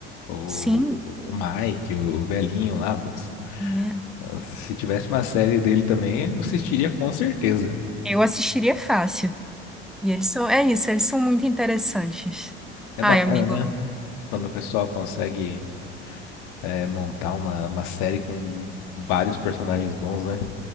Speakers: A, on the left (about 60°); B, in the centre.
A: O...
B: Sim,
A: o Mike, o velhinho lá, putz.
B: né?
A: Se tivesse uma série dele também, eu assistiria com certeza.
B: Eu assistiria fácil. E eles são, é isso, eles são muito interessantes.
A: É
B: Ai,
A: bacana,
B: amigo,
A: né? Quando o pessoal consegue eh, montar uma, uma série com vários personagens bons, né?